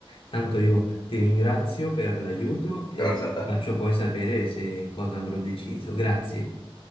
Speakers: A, on the left; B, on the left.
A: Tanto io ti ringrazio per l'aiuto e
B: Grazie a
A: ti
B: te.
A: faccio poi sapere se cosa avrò deciso. Grazie.